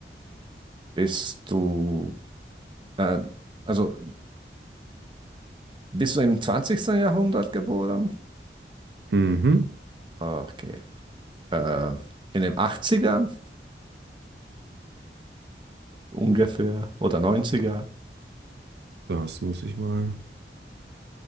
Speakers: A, on the right (about 25°); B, on the right (about 75°).
A: bist du, äh, also bist du im zwanzigsten Jahrhundert geboren?
B: Mhm.
A: Okay. Äh, in den achtzigern ungefähr oder 90
B: Das muss ich mal.